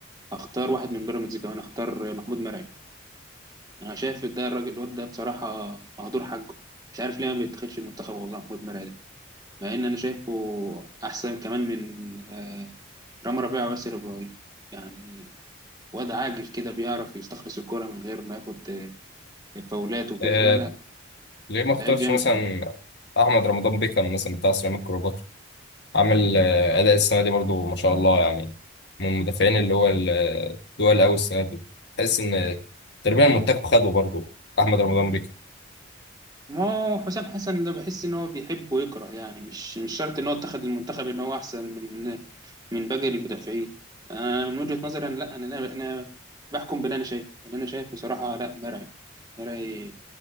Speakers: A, on the right; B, on the left.
A: هختار واحد من بيراميدز كمان هختار محمود مرعي انا شايف ده الراجل الواد ده بصراحه مهدور حقه مش عارف ليه ما بيتخدش المنتخب والله محمود مرعي ده مع ان انا شايفه احسن كمان من آه رامي ربيعه وياسر ابراهيم يعني واد عاجل كده بيعرف يستخلص الكرة من غير ما ياخد فاولات وكده
B: آه،
A: لا لا
B: ليه ما اختارش
A: لعيب جامد
B: مثلا احمد رمضان بيكم مثلا بتاع سيراميكا كليوباترا عامل آه، اداء السنه دي برضو ما شاء الله يعني من المدافعين اللي هو ال- آه، التقال قوي السنه دي تحس ان تقريبا المنتخب خده برضو احمد رمضان بيكم
A: ما هو حسام حسن ده بحس ان هو بيحب ويكره يعني مش مش شرط ان هو اتخذ المنتخب ان هو احسن من من باقي المدافعين انا من وجهة نظري انا لا انا انا أنا بحكم باللي انا شايفه اللي انا شايف بصراحة لا مرعي مرعي